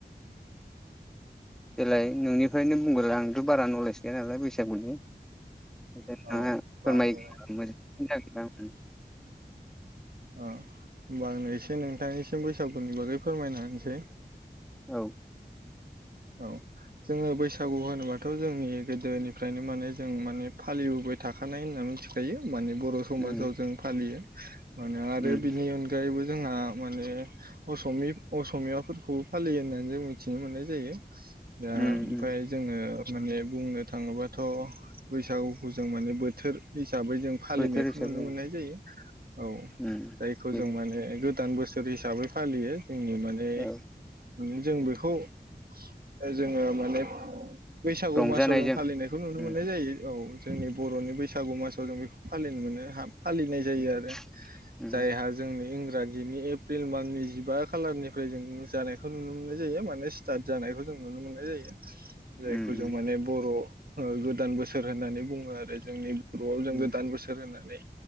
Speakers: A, in the centre; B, on the right.
A: देलाय नोंनिफायनो बुंगोरलाय आंथ' बारा नलेज गैया नालाय बेैसागुनि। <unintelligible>
B: औ होमबा आङो अह होमबा आंनो एसे नोंथांनिसिम बैसागुनि बागै फोरमायना होनोसै।
A: औ।
B: औ। जोङो बैसागु होनोबाथ' जोंनि गोदोनिफ्रायनो माने जों माने फालिबोबाय थाखानाय होनना मिनथिखायो माने बर'
A: उम
B: समाजाव जों फालियो मानो आरो
A: उम
B: बिनि अनगायैबो जोंहा माने असिमि असमियाफोरखौबो फालियो होननानै जों मिथिनो मोननाय जायो। दा
A: उम
B: ओमफ्राय
A: उम
B: जोङो माने बुंनो थाङोबाथ' बैसागुखौ जों माने बोथोर हि साबै जों फालिनायखौ
A: बोथोर हिसाबै
B: नुनो मोननाय जायो औ
A: उम
B: जायखौ
A: जेरै
B: जों माने गोदान बोसो सोर हिसाबै फालियो जोंनि माने
A: औ
B: मानि जों बेखौ ओ जोङो माने बैसागु
A: रंजानायजों
B: मासाव जों फालिनायखौ नुनो
A: उम
B: मोननाय जायो औ। जोंनि बर'नि बैसागु मासाव जों बेखौ फालिनो मोनो हाब फालिनाय जायो
A: उम
B: आरो
A: उम
B: जायहा जोंनि इं ग्राजिनि एप्रिल माननि जिबा खालारनिफ्राय जों जानायखौ नुनो मोननाय जायो माने स्टार्ट जानायखौ जों नुनो मोननाय जायो। जायखौ
A: उम
B: जों माने बर' ओ गोदान बोसोर होननानै बुङो आरो जोंनि बर'आव जों
A: उम
B: गोदान बोसोर होननानै।